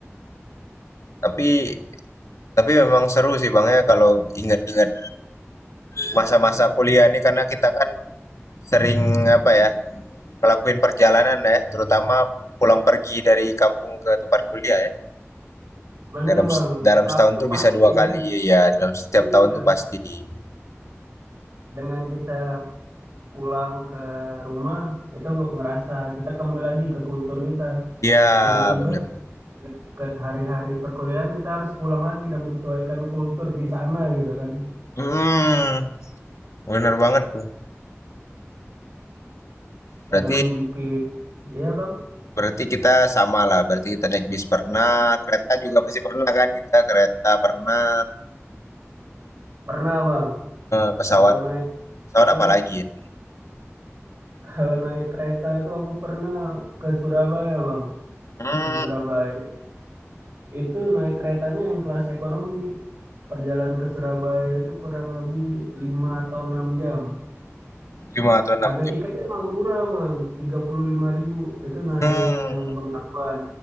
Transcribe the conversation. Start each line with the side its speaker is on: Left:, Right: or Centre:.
Left: Tapi tapi memang seru sih bang ya kalau ingat-ingat masa-masa kuliah ini karena kita kan sering apa ya ngelakuin perjalanan ya terutama pulang pergi dari kampung ke tempat kuliah ya
Right: Bener
Left: dalam
Right: bang.
Left: dalam
Right: Setahu
Left: setahun
Right: tuh
Left: tuh bisa
Right: pasti
Left: dua kali
Right: ya.
Left: ya dalam setiap
Right: Iya.
Left: tahun tuh pasti
Right: Dengan kita pulang ke rumah itu ngerasa kita kembali lagi ke kultur kita.
Left: ya
Right: Tiba-tiba
Left: benar
Right: ke hari-hari perkuliahan kita harus pulang lagi dan menyesuaikan kultur di sana gitu kan.
Left: hmm bener banget tuh berarti
Right: Kadang bikin. Iya bang.
Left: berarti kita sama lah berarti kita naik bis pernah kereta juga pasti pernah kan kita kereta pernah
Right: Pernah bang.
Left: pesawat
Right: Kalau naik.
Left: pesawat
Right: Iya.
Left: apa lagi ya
Right: Kalau naik kereta itu aku pernah ke Surabaya, Bang.
Left: hmm
Right: Ke Surabaya. Itu naik keretanya yang kelas ekonomi. Perjalanan ke Surabaya itu kurang lebih 5 atau 6 jam.
Left: lima atau enam
Right: Harga
Left: jam
Right: tiketnya emang murah, Bang. tiga puluh lima ribu. Itu naik
Left: hmm
Right: yang Bengawan.